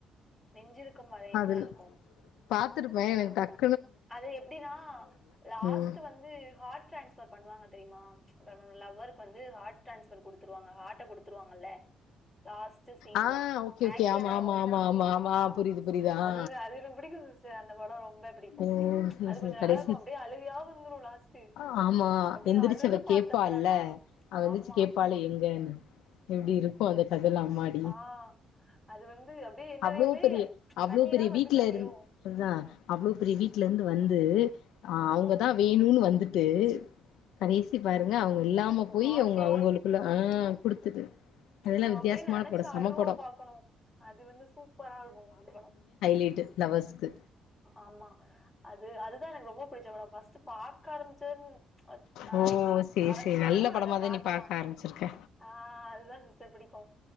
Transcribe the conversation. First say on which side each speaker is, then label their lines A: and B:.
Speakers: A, in the centre; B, on the left (about 80°).
A: நெஞ்சிருக்கும் வரைன்
B: அதுல்
A: தா இருக்கூ
B: பாத்துருப்பே எனக்கு டக்
A: அது எப்டினா லாஸ்ட்டு
B: ம்
A: வந்து ஹாட் டிரேன்ஸ்பர் பண்ணுவாங்க தெரியுமா தன்னோட லவ்வர்க்கு வந்து ஹாட் ட்ரேன்ஸ் குடுத்துருவாங்க ஹாட்ட குடுத்துருவாங்கல்லெ லாஸ்ட் சீன்ல
B: ஆ ஓகே ஓகே
A: ஆக்சிடென்ட்
B: ஆமா
A: ஆகும்
B: ஆமா ஆமா ஆமா ஆமா
A: ஆ
B: புரியுது புரியுது
A: அது
B: ஆ
A: அது என புடிக்கும் அந்த படம் ரொம்ப ரொம்ப புடிக்கு
B: ம் சரி
A: அது கொஞ்ச
B: சரி
A: நல்லா
B: கடைசி
A: இருக்கும் அப்டியே அழுவயா வந்துரு லாஸ்ட்டு
B: ஆ, ஆமா
A: அப்டியே
B: எந்திரிச்சு
A: அழுது
B: அவ
A: பாத்த
B: கேப்பால்ல
A: படனா
B: அவ எந்திரிச்சு
A: ஆம்மா
B: கேப்பாளே எங்கன்னு எப்டி இருக்கு அந்த கதெல்லா அம்மாட்
A: ஆ அது வந்து அப்டியே என்னரியாமலே
B: அவ்ளோ பெரிய அவ்ளோ
A: கண்ணீரா
B: பெரிய
A: வந்துட்டு
B: வீட்ல
A: அப்டியேவும்
B: இருந் அதா அவ்ளோ பெரிய வீட்லெருந்து வந் து ஆ
A: ஆமாமா.
B: அவ்ங்கதான் வேணுன்னு வந்துட் டு கடேசி பாருங்க அவ்ங் க இல்லாம போய்
A: ஹார்ட்டே
B: அவ்ங்க அவ்ங்களுக்குள்ள ஆ குடுத்துட்டு
A: ச்
B: அதெல்லா
A: ஆ
B: வித்தியாசமான
A: அப்டே நெனச்ச
B: படோ செம
A: அழுவா
B: படோ
A: பாக்கணும் அது வந்து சூப்பரா இருக்கு அந்த படம்
B: ட்டு லவ்வர்ஸ்கு
A: ஆம்மா அது அதுதா எனக்கு ரொம்போ புடிச்ச பட ஃபஸ்ட்டு பாக்க ஆரம்பிச்சன் ஆ
B: ஓ
A: இது
B: சேரி
A: ஆரமிச்சதுன்னா
B: சேரி நல்ல படமாதா
A: அத பாத்துதா
B: நீ பாக்க ஆரம்பிச்சிருக்க
A: ஆ அதுதான் சிஸ்டர் புடிக்கும்